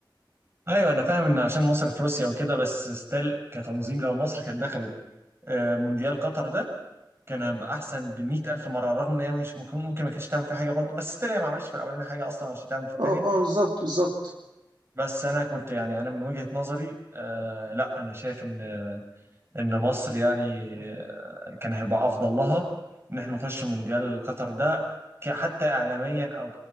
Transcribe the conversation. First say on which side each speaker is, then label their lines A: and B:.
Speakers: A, on the right (about 30°); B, on the right (about 70°).
A: ايوه انا فاهم ان عشان مصر في روسيا وكده بس ستيل كتنظيم لو مصر كانت دخلت آه مونديال قطر ده كان هيبقى احسن ب 100000 مره رغم ان هي مش ممكن ممكن ما كانتش تعمل فيه حاجه برضه بس ستيل هي ما عملتش في الاولاني حاجه اصلا عشان تعمل في الثاني
B: اه اه بالظبط بالظبط
A: بس انا كنت يعني انا من وجهة نظري آه لا انا شايف ان ان مصر يعني كان هيبقى افضل لها ان احنا نخش مونديال قطر ده ك- حتى اعلاميا او